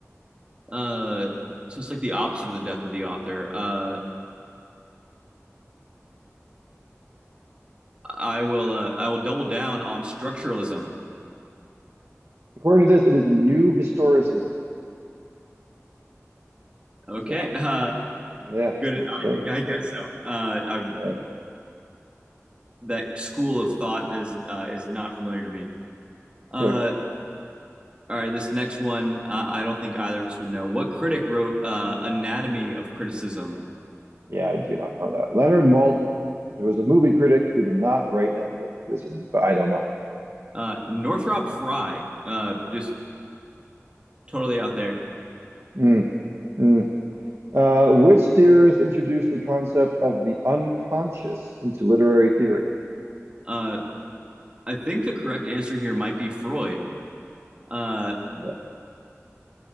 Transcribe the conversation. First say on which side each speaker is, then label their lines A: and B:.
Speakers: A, on the right (about 20°); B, on the right (about 65°).
A: Uh, so it's like the opposite of the death of the author. Uh, I will uh, I will double down on structuralism.
B: According to this, it is new historicism.
A: Okay.
B: So,
A: <laughs> Uh,
B: yeah,
A: good.
B: sure.
A: I guess so. Uh, I've
B: Yeah,
A: that school of thought is uh, is not familiar to me. Uh,
B: sure.
A: all right, this next one uh, I don't think either of us would know. What critic wrote uh, Anatomy of Criticism?
B: Yeah, I do not know that. Leonard Maltin, who was a movie critic who did not write Anatomy of a Criticism, but I don't know.
A: Uh, Northrop Frye, uh, just totally out there.
B: Mm, mm. Uh, which theorist introduced the concept of the unconscious into literary theory?
A: Uh, I think the correct answer here might be Freud. Uh,
B: Yeah,